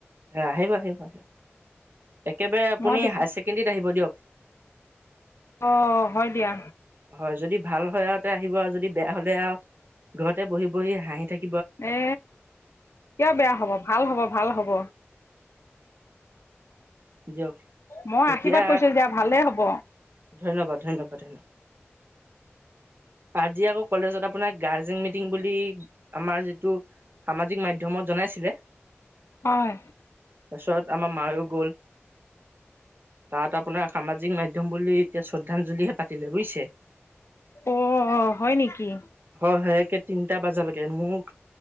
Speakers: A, on the right; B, on the left.
A: আহিব আহিব আহিব, একেবাৰে আপুনি
B: মই বেছি
A: হায়াৰ-ছেকেণ্ডেৰীত আহিব দিয়ক।
B: অ হয় দিয়া।
A: হয় যদি ভাল হয় আৰু তে আহিব আৰু যদি বেয়া হ'লে আৰু ঘৰতে বহি বহি হাঁহি থাক
B: এ কিয় বেয়া হ'ব ভাল হ'ব ভাল হ'ব।
A: দিয়ক
B: মই
A: এতিয়া
B: আশীৰ্বাদ কৰিছো যেতিয়া ভালেই হ'ব।
A: ধন্যবাদ ধন্যবাদ ধন্যবাদ। আজি আকৌ কলেজত আপোনাৰ গাৰ্জেন মিটিং বুলি আমাৰ যিটো সামাজিক মাধ্যমত জনাইছিলে
B: হয়।
A: পাছত আমাৰ মায়ও গ'ল, তাত আপোনাৰ সামাজিক মাধয়ম বুলি এতিয়া শ্ৰদ্ধাঞ্জলিহে পাতিলে বুজছে?
B: অ অ হয় নেকি?
A: হয় হয় একে তিনিটা বজালৈকে মোক